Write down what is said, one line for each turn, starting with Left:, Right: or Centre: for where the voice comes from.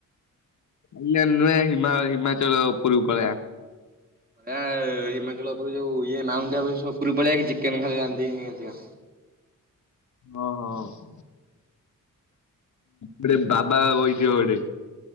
Left: ଆଇଲ ନୁହେ ହମା ହିମାଚଳ ଉପୂୁର ପଡଆ।
Right: ଆ ହିମାଚଳ ଉପ ଯୋଉ ଇଏଁ ମାଉଣ୍ଟ ଉପରୁ ପଳେଇ କି ଚିକେନ ଖାଲି ରାଧିନି ଆସିବା।
Left: ହଁ ହଁ। ହୁଁ। ଗୋଟେ ବାବା ବହିଥିବ ଗୋଟେ।